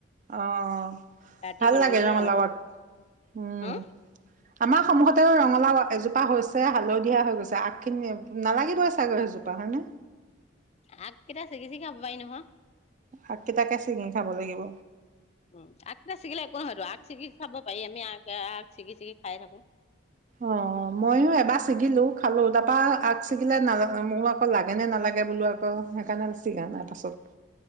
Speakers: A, on the right (about 40°); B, on the left (about 35°).
A: অ'
B: ৰাতি
A: ভাল
B: বনাম
A: লাগে
B: বুলি
A: ৰঙালাও আগ, উম,
B: হা
A: আমাৰ সমহত ৰঙলাও এজোপা হৈছে হালধীয়া হৈ গৈছে আগখিনি। নালাগিবই চাগৈ সেইজোপা হয়নে?
B: আগ কেইটা চিগি চিগি খাব পাই নহয়।
A: আগ কেইটাকে চিঙি খাব লাগিব।
B: উম, আগটা ছিগিলে একো নহয়তো। আগ চিগি খাব পাই, আমি আগ আগ চিগি চিগি খাই থাকো।
A: অ' ময়ো এবাৰ ছিগিলো, খালো তাৰপা আগ ছিগিলে না মোৰ আকৌ লাগে নে নালাগে বোলো আকৌ সেইকাৰণে ছিগা
B: <unintelligible>
A: নাই পাছত